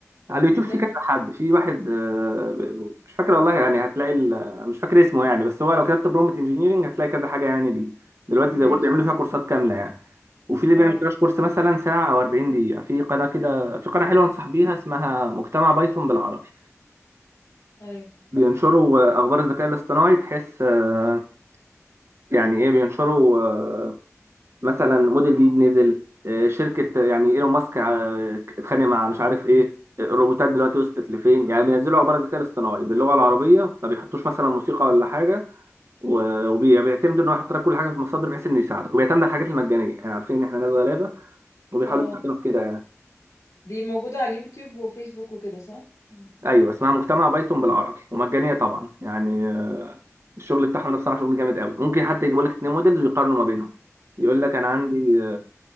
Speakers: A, on the right (about 55°); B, on the left (about 85°).
A: على اليوتيوب
B: مهتمة
A: في كذا حد في واحد آه، ب- مش فاكر والله يعني هتلاقي ال- مش فاكر اسمه يعني بس هو لو كتبت برومت انجينيرنج هتلاقي كذا حاجه يعني دي دلوقتي
B: ماشي
A: زي ما بقول بيعملوا فيها كورسات كامله يعني وفي اللي
B: اه
A: بيعمل كراش كورس مثلا ساعة أو 40 دقيقة في قناة كده في قناة حلوة أنصح بيها اسمها مجتمع بايثون بالعربي
B: ايوه
A: بينشروا آه، أخبار الذكاء الاصطناعي بحيث آه، يعني إيه بينشروا آه، مثلا موديل جديد نزل آه، شركة يعني إيلون ماسك آه، اتخانق مع مش عارف إيه الروبوتات دلوقتي وصلت لفين يعني بينزلوا أخبار الذكاء الاصطناعي باللغة العربية ما بيحطوش مثلا موسيقى ولا حاجة و- وبي- وبيعتمدوا إن هو يحط لك كل حاجة في المصادر بحيث إنه يساعدك وبيعتمد على الحاجات المجانية يعني عارفين إن إحنا ناس غلابة وبيحاولوا
B: اه
A: يساعدونا في كده يعني.
B: دي موجودة على اليوتيوب وفيسبوك وكده صح؟ مم.
A: ايوه اسمها مجتمع بايثون بالعربي ومجانيه طبعا يعني آه، الشغل بتاعهم ده بصراحه شغل جامد قوي ممكن حتى يجيبوا لك اتنين موديلز ويقارنوا ما بينهم يقول لك انا عندي